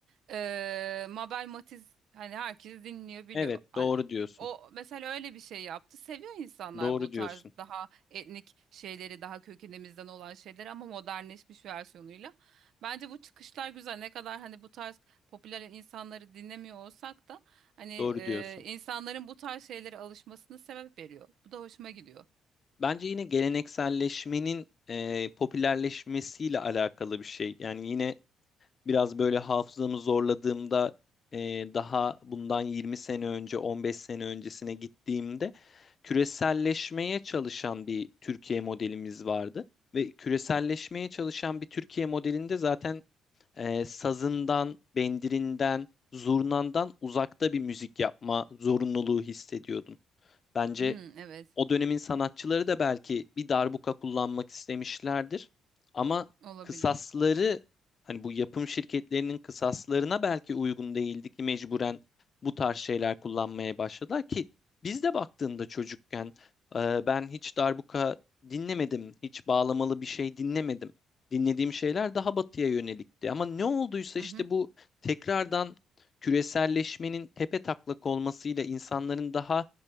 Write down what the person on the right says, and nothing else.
Eee Mabel Matiz hani herkes dinliyor biliyor.
Hani
o mesela öyle bir şey yaptı. Seviyor insanlar
bu tarz
daha etnik şeyleri, daha kökenimizden olan şeyleri ama modernleşmiş versiyonuyla. Bence bu çıkışlar güzel. Ne kadar hani bu tarz popüler insanları dinlemiyor olsak da hani
e,
insanların bu tarz şeylere alışmasını sebep veriyor. Bu da hoşuma gidiyor.
Hı, evet,
olabilir.
Hı hı,